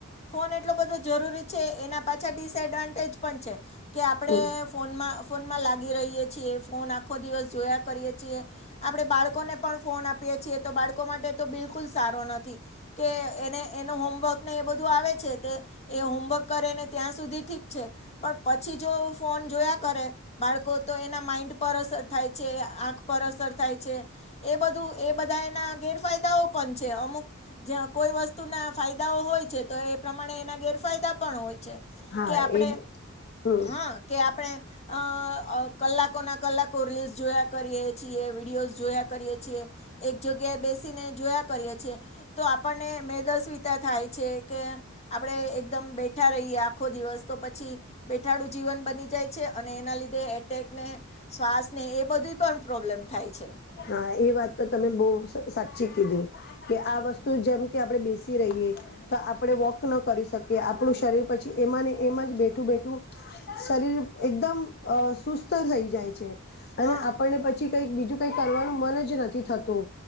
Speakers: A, on the left (about 30°); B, on the left (about 50°).
A: ફોન એટલો બધો જરૂરી છે એના પાછા ડિસએડવાન્ટેજ પણ છે કે આપણેે
B: હમ
A: ફોનમાં ફોનમાં લાગી રહીયે છીએ ફોન આખો દિવસ જોયા કરીએ છીએ આપડે બાળકોને પણ ફોન આપીએ છીએ તો બાળકો માટે તો બિલકુલ સારો નથી કે એને એનું હોમવર્ક એ બધું આવે છે તે એ હોમવર્ક કરે ને ત્યાં સુધી ઠીક છે પણ પછી જો ફોન જોયા કરે બાળકો તો એના માઈન્ડ પર અસર થાય છે આંખ પર અસર થાય છે એ બધું એ બધા એના ગેરફાયદા પણ છે અમુક જ્યાં કોઈ વસ્તુ વસ્તુ ના ફાયદાઓ હોય છે તો એ પ્રમાણે એના ગેરફાયદા પણ હોય છે
B: હા
A: કે
B: એક
A: આપણે
B: હમ
A: હા કે આપણે અ કલાકોના કલાકો રીલ્સ જોયા કરીએ છીએ વિડીયોઝ જોયા કરીએ છીએ એક જગ્યાએ બેસીને જોયા કરીએ છીએ તો આપણને મેદસ્વિતા થાય છે કે આપણે એકદમ બેઠા રહીએ આખો દિવસ તો પછી બેઠાડું જીવન બની જાય છે અને એના લીધે એટેકને શ્વાસને એ બધુંય તો પ્રોબ્લેમ થાય છે
B: હા એ વાત તો તમે બહુ સાચી કીધી કે આ વસ્તુ જેમ કે આપણે બેસી રહીએ તો આપણે વોક ન કરી શકીએ. આપણું શરીર પછી એમાંને એમાં જ બેઠું- બેઠું શરીર એકદમ સુસ્ત થઈ જાય છે. અને
A: હા
B: આપણને પછી કઈક બીજું કઈ કરવાનું મન જ નથી થતું.